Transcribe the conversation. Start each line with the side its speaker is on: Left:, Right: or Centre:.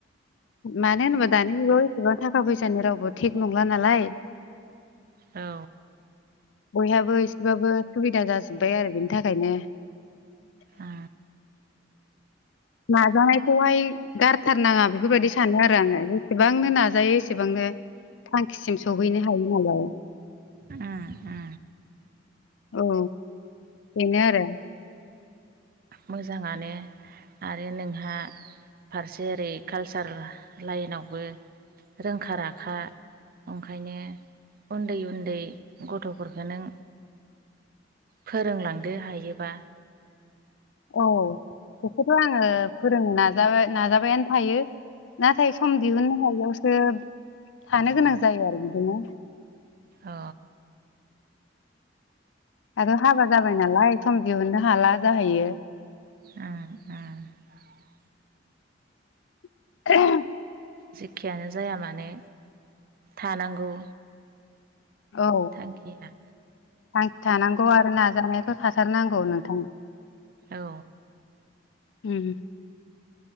Left: मानो होनोबा, दानि जुगाव एसेबां थाखा फैसानि रावबो थेग नंला नालाय।
Right: औ।
Left: बयहाबो एसेबाबो सुबिदा जाजोब्बाय आरो बेनि थाखायनो।
Right: ओ।
Left: नाजानायखौहाय गारथारनाङा बेफोरबायदि सानो आरो आङो। जेसेबांनो नाजायो एसेबांनो थांखिसिम सहैनो हायो नालाय।
Right: ओ-ओ-
Left: औ बिनो आरो।
Right: मोजाङानो आरो नोंहा। फारसे ओरै कालसार लाइनावबो रोंखा राखा। ओंखायनो उन्दै उन्दै गथ'फोरखौ नों। फोरोंलांदो हायोबा।
Left: औ बेखौथ' आङो फोरोंनो नाजाबाय नाजाबायानो थायो। नाथाय सम दिहुननो हायियावसो थानो गोनां जायो आरो बिदिनो।
Right: अ
Left: आरोाथ' हाबा जाबाय नालाय सम दिहुननो हाला जाहैयो।
Right: ओ-ओ-
Left: <unintelligible>
Right: जेखियानो जाया मानोे थानांगौ।
Left: औ
Right: थांखिया
Left: थांखि थानांगौ आरो नाजानायाथ' थाथारनांगौ नोंथां।
Right: औ
Left: उम।